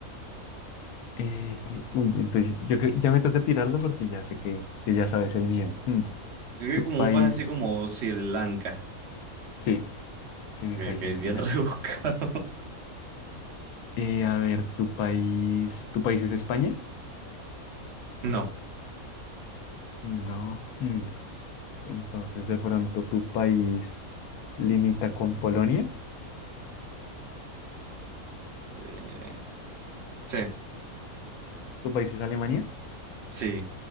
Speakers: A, on the left; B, on the right.
A: Eh, uy, entonces, yo creo- ya me toca tirarlo porque ya sé que, que ya sabes el mío. Hmm.
B: Yo creo
A: ¿Tu
B: que como
A: país?
B: un país así como Sri Lanka,
A: Sí, sí, mi
B: que,
A: país
B: que
A: es
B: es
A: Sri
B: bien
A: Lanka.
B: <laughs> rebuscado.
A: Eh, a ver, ¿tu país? ¿Tu país es España?
B: No.
A: No. Hmm. Entonces, de pronto, ¿tu país limita con Polonia?
B: eh, sí,
A: ¿Tu país es Alemania?
B: sí.